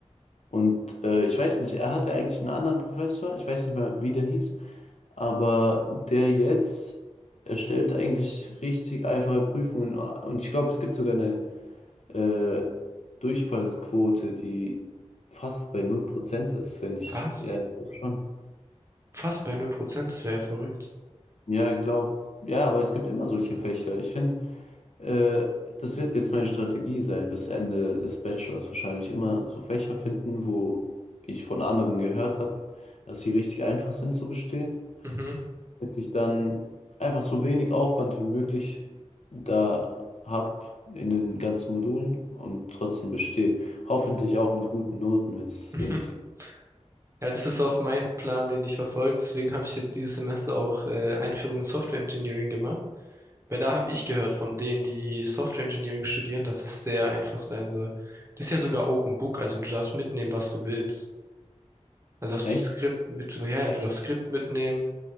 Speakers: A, on the left (about 75°); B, on the right (about 25°).
A: Und äh, ich weiß nicht, er hatte eigentlich einen anderen Professor, ich weiß nicht mehr, wie der hieß, aber der jetzt erstellt eigentlich richtig einfache Prüfungen. Und ich glaube, es gibt sogar eine äh, Durchfallsquote, die fast bei null Prozent ist, wenn ich,
B: Was?
A: ja, ich glaub schon.
B: Fast bei null Prozent. das wäre ja verrückt.
A: Ja, glaub, ja, aber es gibt immer solche Fächer. Ich finde, Äh, das wird jetzt meine Strategie sein, bis Ende des Bachelors wahrscheinlich immer so Fächer finden, wo ich von anderen gehört habe, dass sie richtig einfach sind zu bestehen,
B: Mhm.
A: damit ich dann einfach so wenig Aufwand wie möglich da habe in den ganzen Modulen und trotzdem bestehe. Hoffentlich auch mit guten Noten, wenn es,
B: <laughs>
A: wenn es
B: Ja, das ist auch mein Plan, den ich verfolge. Deswegen habe ich jetzt dieses Semester auch äh, Einführung in Software Engineering gemacht. Weil da habe ich gehört von denen, die Software Engineering studieren, dass es sehr einfach sein soll. Das ist ja sogar Open Book, also du darfst mitnehmen, was du willst. Also darfst
A: echt.
B: du die Skript mit, so, ja, ja, du darfst Skript mitnehmen,